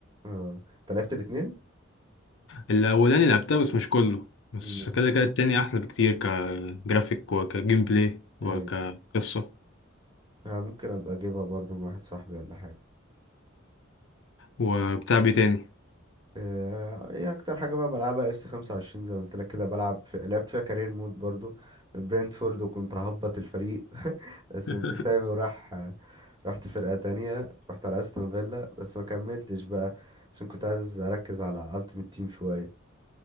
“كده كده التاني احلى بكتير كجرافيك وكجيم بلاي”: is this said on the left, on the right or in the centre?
Left